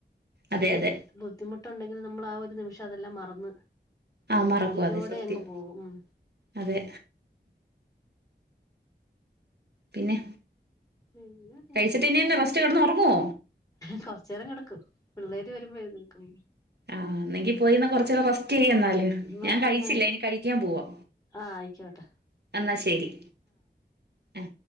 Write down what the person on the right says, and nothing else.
അതെ
അതെ
ആ മറക്കും
അതെ സത്യം
അതെ. പിന്നെ.
പൈസ ടിനിന്ന് റസ്റ്റ് കെടന്ന് ഉറങ്ങോ.
ആഹ് ഇന്നെങ്കി പോയിന്ന കൊറച്ചേരം റസ്റ്റെയ്യെന്നാല്
ഞാൻ
കഴിച്ചില്ല ഇനി കഴിക്ക്യാൻ പോവാ.
എന്നാ ശെരി അ.